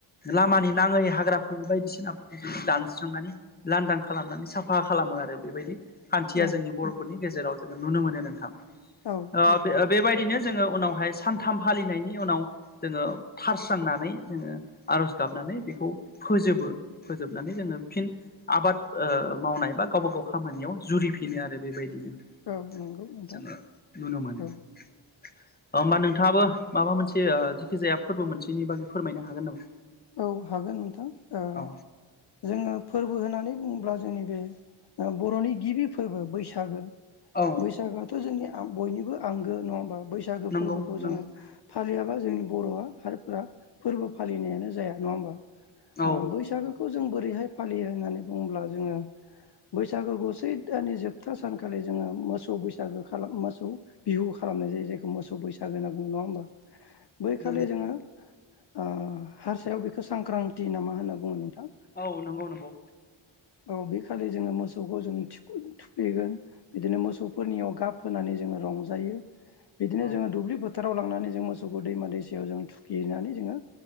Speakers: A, on the left (about 20°); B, on the left (about 55°).
A: लामानि नाङै हाग्रा फोर बायदिसिनाफोरखौ जों दानस्रांनानै लांदां खालामनानै साफा खालामो आरो बेबायदि खान्थिया
B: औ
A: जोंनि बर'फोरनि गेजेराव जोङो नुनो मोनो नोंथां।
B: औ
A: ओ बे ओ बेबायदिनो जोङो उनावहाय सानथाम फालिनायनि उनाव जोङो थारस्रांनानै जोङो आर'ज गाबनानै बेखौ फोजोबो फोजोबनानै जोङो फिन आबाद ओ मावनाय बा गावबा गाव खामानियाव जुरिफिनो आरो बेबायदिनो। <inaudible>
B: औ नंगौ नोंथां
A: जोङो नुनो मोनो।
B: औ
A: <inaudible> ओमबा नोंथाङाबो माबा मोनसे ओ जिखि जाया फोर्बो मोनसेनि बागै फोरमायनो हागोन नामा?
B: औ हागोन नोंथां ओ
A: औ
B: जोङो फोरबो होननानै बुङोब्ला जोंनि बे ओ बर'नि गिबि फोर्बो बैसागो
A: औ
B: बैसागोआथ' जोंनि आ बयनिबो आंगो नङा होमबा बैसागो
A: नंगौ
B: फोर्बोखौ
A: नंगौ
B: जोङो फालियाबा जोंनि बर'आ हारफोरा फोर्बो फालिनायानो जाया नङा होमबा
A: औ
B: ओ बैसागोखौ जों बोरैहाय फालियो होननानै बुङोब्ला जोङो बैसागोखौ सैथ दाननि जोबथा सानखालि जोङो मोसौ बैसागो खालाम मोसौ बिहु खालामनाय जायो जायखौ मोसौ बैसागो होनना बुङो नङा होमबा? बैखालि
A: नंगौ
B: जोङो ओ हारसायाव बैखौ सांक्रांति ना मा होनना बुङो नोंथां?
A: औ नंगौ नंगौ।
B: औ बेखालि जोङो मोसौखौ जोङो थिखुन थुखैगोन बिदिनो मोसौफोरनियाव गाब होनानै जोङो रंजायो। बिदिनो
A: औ
B: जोङो दुब्लि फोथाराव लांनानै जों मोसौखौ दैमा दैसायाव जों थुखैनानै जोङो